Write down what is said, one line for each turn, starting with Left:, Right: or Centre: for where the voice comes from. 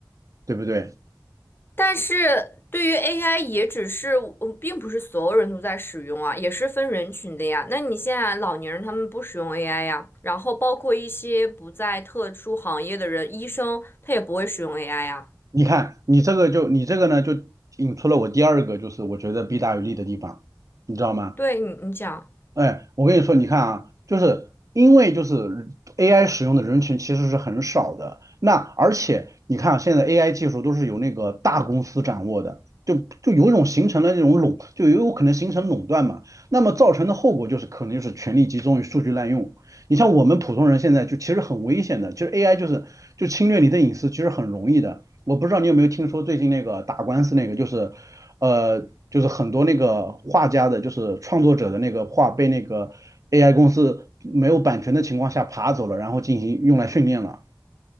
Right: 对不对？
Left: 但是对于 AI 也只是，嗯并不是所有人都在使用啊，也是分人群的呀。那你现在老年人他们不使用 AI 呀，然后包括一些不在特殊行业的人，医生他也不会使用 AI 呀。
Right: 你看你这个就你这个呢，就引出了我第二个就是我觉得弊大于利的地方，你知道吗？
Left: 对你，你讲。
Right: 哎，我跟你说，你看啊，就是因为就是 AI 使用的人群其实是很少的，那而且你看啊现在 AI 技术都是由那个大公司掌握的，就就有一种形成了那种垄，就有可能形成垄断嘛，那么造成的后果就是可能就是权力集中与数据滥用。你像我们普通人现在就其实很危险的，其实 AI 就是就侵略你的隐私，其实很容易的。我不知道你有没有听说最近那个打官司那个，就是呃，就是很多那个画家的，就是创作者的那个画被那个 AI 公司没有版权的情况下爬走了，然后进行用来训练了